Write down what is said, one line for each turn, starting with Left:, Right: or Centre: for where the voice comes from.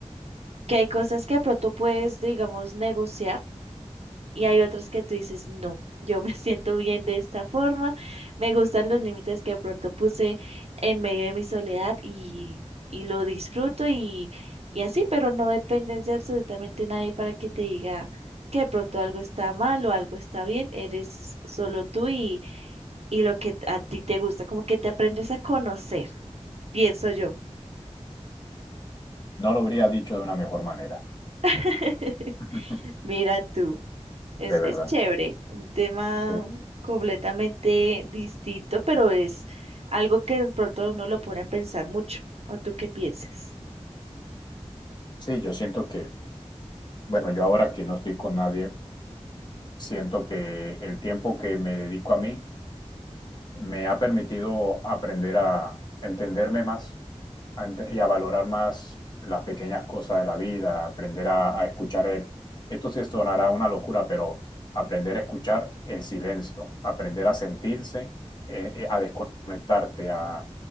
Right: que hay cosas que de pronto puedes, digamos, negociar y hay otras que tú dices, no, yo me <laughs> siento bien de esta forma, me gustan los límites que de pronto puse en medio de mi soledad y, y lo disfruto y, y así, pero no dependes de absolutamente nadie para que te diga que de pronto algo está mal o algo está bien, eres solo tú y, y lo que a ti te gusta, como que te aprendes a conocer pienso yo.
Left: No lo habría dicho de una mejor manera,
Right: <laughs>
Left: <laughs>
Right: Mira tú, es,
Left: de verdad.
Right: es chévere, un tema
Left: Sí.
Right: completamente distinto, pero es algo que de pronto a uno lo pone a pensar mucho. ¿O tú qué piensas?
Left: Sí, yo siento que, bueno, yo ahora que no estoy con nadie, siento que el tiempo que me dedico a mí me ha permitido aprender a entenderme más a ent- y a valorar más las pequeñas cosas de la vida, aprender a, a escuchar el... Esto se sonará una locura, pero aprender a escuchar el silencio, aprender a sentirse, eh, eh, a desconectarte, a,